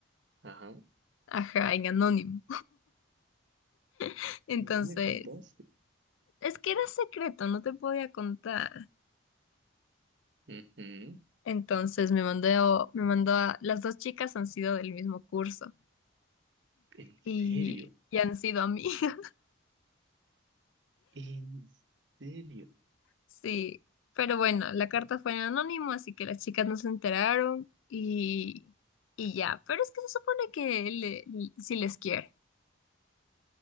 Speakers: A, on the right; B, on the left.
A: Ajá.
B: Ajá, en anónimo. <laughs> Entonces,
A: Y no me contaste.
B: es que era secreto, no te podía contar.
A: Ujú.
B: Entonces me mandó, me mandó a... Las dos chicas han sido del mismo curso
A: En
B: y,
A: serio,
B: y han sido amigas <laughs>
A: en serio.
B: Sí, pero bueno, la carta fue en anónimo, así que las chicas no se enteraron y, y ya. Pero es que se supone que le- le- si les quiere.